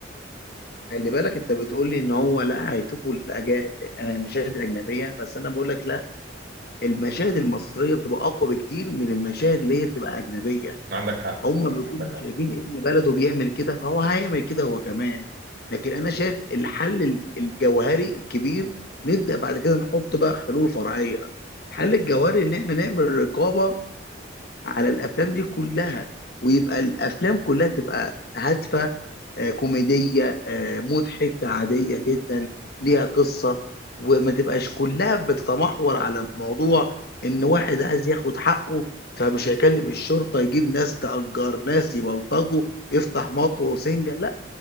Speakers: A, on the left; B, on the right.
A: خلي بالك أنت بتقول لي إن هو لا هيشوفوا الأجا... المشاهد الأجنبية بس أنا بقول لك لا المشاهد المصريه بتبقى اقوى بكتير من المشاهد اللي هي بتبقى اجنبيه
B: عندك حق
A: هم بيكونوا
B: عندك حق
A: شايفين ابن بلده بيعمل كده فهو هيعمل كده هو كمان لكن انا شايف الحل الجوهري الكبير نبدا بعد كده نحط بقى حلول فرعيه الحل الجوهري ان احنا نعمل رقابه على الافلام دي كلها ويبقى الافلام كلها تبقى هادفه آه، كوميديه آه، مضحكه عاديه جدا ليها قصه وما تبقاش كلها بتتمحور على موضوع ان واحد عايز ياخد حقه فمش هيكلم الشرطه يجيب ناس تأجر ناس يبلطجوا يفتح مطوه وسنجه لا